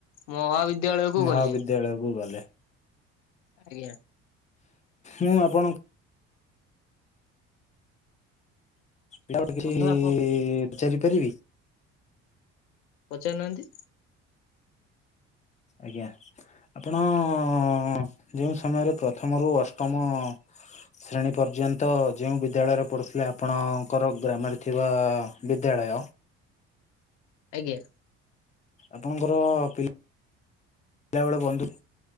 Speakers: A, on the left; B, on the left.
A: ମହାବିଦ୍ ଦ୍ୟାଳୟ କୁ
B: ମହାବିଦ୍ୟାଳୟକୁ
A: ଗଲି,
B: ଗଲେ
A: ଆଜ୍ଞା।
B: ମୁଁ ଆପଣ <unintelligible>
A: ବନ୍ଧୁ ଆପଣ
B: ପଚାରି ପାରିବି?
A: ପଚାରୁ ନାହାନ୍ତି।
B: ଆଜ୍ଞା। ଆପଣ ଅଁ-ଅଁ-ଅଁ-ଅଁ-ଅଁ ଯେଉଁ ସମୟରେ ପ୍ରଥମରୁ ଅଷ୍ଟମ ଶ୍ରେଣୀ ପର୍ଯ୍ୟନ୍ତ ଯେଉଁ ବିଦ୍ୟାଳୟରେ ପଢୁଥିଲେ ଆପଣଙ୍କର ଗ୍ରାମରେ ଥିବା ବିଦ୍ୟାଳୟ
A: ଆଜ୍ଞା।
B: ଆପଣଙ୍କର ପିଲାବେଳେ ବନ୍ଧୁ